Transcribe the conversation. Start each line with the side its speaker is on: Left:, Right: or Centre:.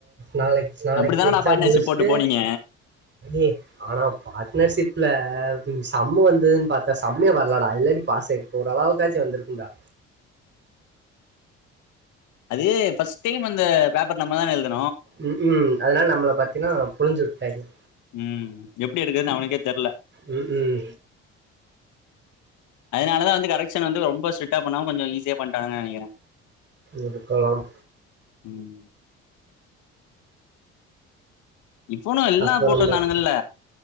Right: நாளைக் நாளைக்கு
Left: அப்படித்தானடா
Right: எக்ஸாம்
Left: பார்ட்னர்ஷிப்
Right: முடிச்சுட்டு
Left: போட்டு போனீங்க
Right: எ ஆனா பார்ட்னர்ஷிப்ல சம்மு வந்ததுன்னு பாத்தா சம்மே வர்லடா இல்லாடி பாஸ் ஆயிருக்கு ஓரளவுக்காச்சு வந்துருக்குன்டா
Left: அது பஸ்ட் டைம் அந்த பேப்பர் நம்மதான எழுதுனது
Right: உ உம் அதனால நம்மள பாத்தீன்னா புளிஞ்சுரு டைய
Left: ம் எப்புடி எடுக்குறதுன்னு அவனுக்கே தெர்ல
Right: உம் உம்
Left: அதனாலதா வந்து கரெக்ஷன் வந்து ரொம்ப ஸ்ட்ரீட்டா பண்ணாம கொஞ்சோ ஈஸியா பண்ணிட்டாங்கங்க நெனக்கிறே
Right: இருக்கலாம்
Left: உம் இவனு எல்லா
Right: அப்புறம்
Left: கூப்டுட்டு வந்தானுங்கல
Right: பாத்